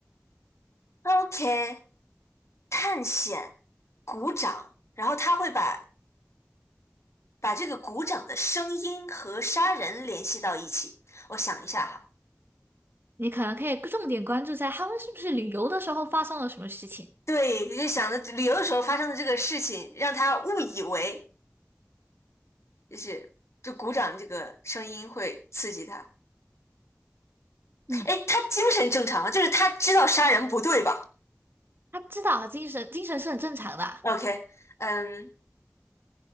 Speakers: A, on the left; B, on the right.
A: ，OK，探险鼓掌，然后他会把把这个鼓掌的声音和杀人联系到一起。我想一下哈。
B: 你可能可以重点关注在他们是不是旅游的时候发生了什么事情。
A: 对，就想着旅游的时候发生的这个事情，让他误以为就是就鼓掌这个声音会刺激他。
B: 嗯，
A: 哎，他精神正常吗就是他知道杀人不对吧
B: 他知道啊精神精神是很正常的啊
A: ？OK，嗯，